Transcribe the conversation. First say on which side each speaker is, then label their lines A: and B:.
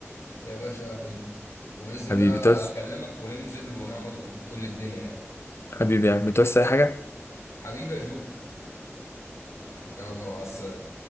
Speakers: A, on the left; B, on the left.
A: يا باشا اعتمد وبإذن
B: حبيبي
A: الله
B: تعوز
A: أكلمك وننزل ونقعد وتقول لي الدنيا يعني
B: حبيبي يعني متوسع أي حاجة
A: حبيبي يا جو يلا مع السلامة